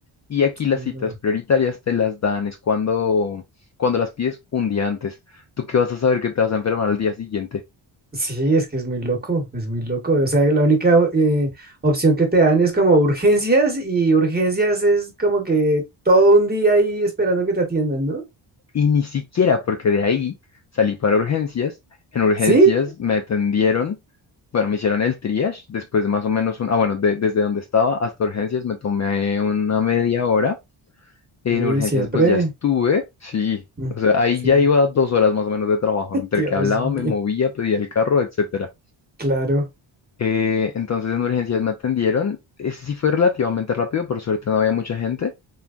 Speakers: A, on the left; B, on the right.
A: Y aquí las
B: No.
A: citas prioritarias te las dan, es cuando, cuando las pides un día antes. ¿Tú qué vas a saber que te vas a enfermar al día siguiente?
B: Sí, es que es muy loco, es muy loco. O sea, la única eh, opción que te dan es como urgencias y urgencias es como que todo un día ahí esperando que te atiendan, ¿no?
A: Y ni siquiera porque de ahí salí para urgencias. En urgencias
B: ¿Sí?
A: me atendieron, bueno, me hicieron el triage, después de más o menos un, ah, bueno, de- desde donde estaba hasta urgencias me tomé una media hora En
B: Uy,
A: urgencias,
B: siempre.
A: pues ya estuve, sí.
B: Mm,
A: O sea, ahí
B: Sí,
A: ya iba dos horas más o menos de trabajo, entre
B: Dios
A: que hablaba,
B: mío,
A: me movía, pedía el carro, etcétera.
B: claro,
A: Eh, entonces en urgencias me atendieron. Ese sí fue relativamente rápido, por suerte no había mucha gente,